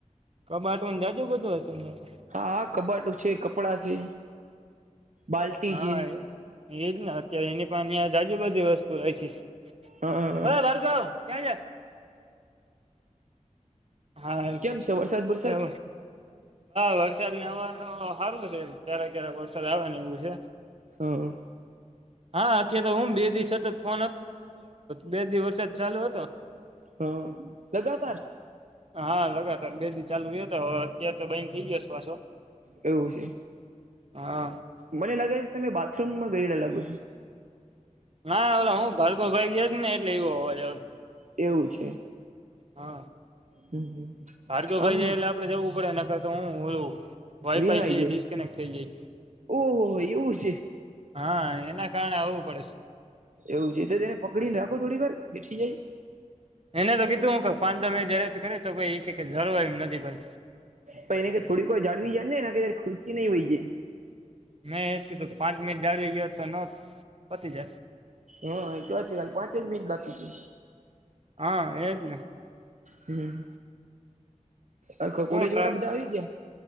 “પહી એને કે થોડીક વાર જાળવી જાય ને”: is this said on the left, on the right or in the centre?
Right